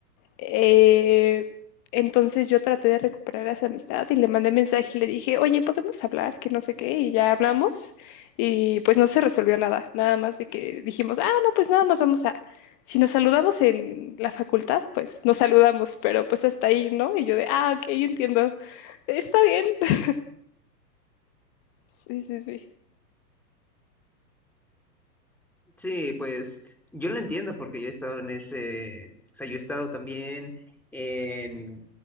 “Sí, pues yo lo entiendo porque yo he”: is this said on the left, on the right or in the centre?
Centre